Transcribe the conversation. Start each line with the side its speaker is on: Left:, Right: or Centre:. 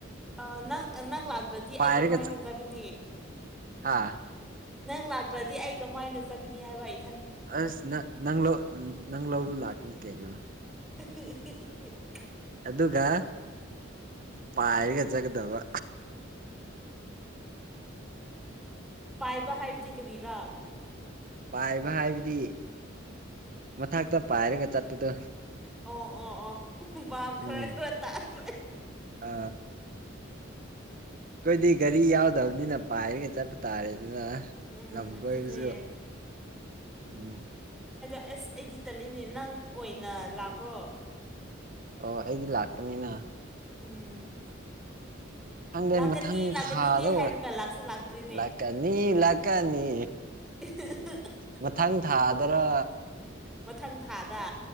Centre: ꯑ ꯅꯪ ꯅꯪ ꯂꯥꯛꯇ꯭ꯔꯗꯤ
Right: ꯄꯥꯏꯔꯒ
Centre: ꯑꯩ ꯀꯃꯥꯏꯅꯖꯒꯅꯤ
Right: ꯆꯠ ꯍꯥ
Centre: ꯅꯪ ꯂꯥꯛꯇ꯭ꯔꯗꯤ ꯑꯩ ꯀꯃꯥꯏꯅ ꯆꯠꯒꯅꯤ ꯍꯥꯏꯕ ꯑꯩ
Right: ꯑꯁ ꯅꯪ ꯅꯪ ꯅꯪ ꯂꯧꯕ ꯂꯥꯛꯀꯅꯤ ꯀꯩꯒꯤꯅꯣ
Centre: ꯎ
Right: ꯑꯗꯨꯒ ꯄꯥꯏꯔꯒ ꯆꯠꯀꯗꯕ
Centre: ꯄꯥꯏꯕ ꯍꯥꯏꯖꯤ ꯀꯔꯤꯔꯥ
Right: ꯄꯥꯏꯕ ꯍꯥꯏꯕꯗꯤ ꯃꯊꯛꯇ ꯄꯥꯏꯔꯒ ꯆꯠꯄꯗꯣ
Centre: ꯑꯣ ꯑꯣ ꯑꯣ ꯞ ꯈꯔ
Right: ꯎꯝ
Centre: ꯈꯔ ꯇꯥꯇ ꯄ
Right: ꯑ ꯑꯩꯈꯣꯏꯗꯤ ꯒꯥꯔꯤ ꯌꯥꯎꯗꯕꯅꯤꯅ ꯄꯥꯏꯔꯒ ꯆꯠꯄ ꯇꯥꯔꯦ ꯑꯗꯨꯅ
Centre: ꯎꯝ
Right: ꯂꯝ
Centre: ꯑꯗꯨꯅꯦ
Right: ꯀꯣꯏꯕꯁꯨ ꯎꯝ
Centre: ꯑꯦꯁ ꯑꯩꯗꯤ ꯇꯂꯤꯅꯦ ꯅꯪ ꯑꯣꯏꯅ ꯂꯥꯛꯈ꯭ꯔꯣ
Right: ꯑꯣ ꯑꯩꯗꯤ ꯂꯥꯛꯀꯅꯤꯅ
Centre: ꯎꯝ
Right: ꯈꯪꯗꯦ
Centre: ꯂꯥꯛꯀꯅꯤ
Right: ꯃꯊꯪ
Centre: ꯂꯥꯛꯀꯅꯤꯗꯤ
Right: ꯊꯥꯗ ꯑꯣꯏꯔꯦ
Centre: ꯍꯥꯏꯔꯒ ꯂꯥꯛꯁꯨ ꯂꯥꯛꯇ꯭ꯔꯤꯅꯦ
Right: ꯂꯥꯛꯀꯅꯤ ꯂꯥꯛꯀꯅꯤ
Centre: <unintelligible>
Right: ꯃꯊꯪ ꯊꯥ ꯑꯗ꯭ꯔ
Centre: ꯃꯊꯪ ꯊꯥꯗ